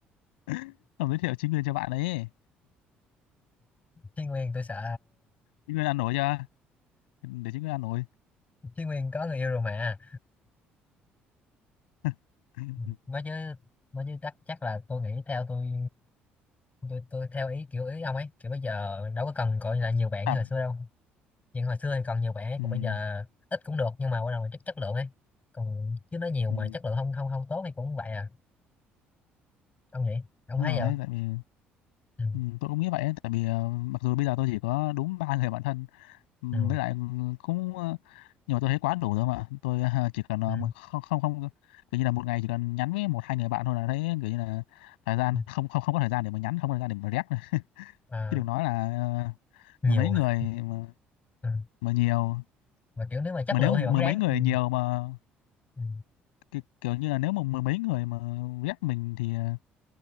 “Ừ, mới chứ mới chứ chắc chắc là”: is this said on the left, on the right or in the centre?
Left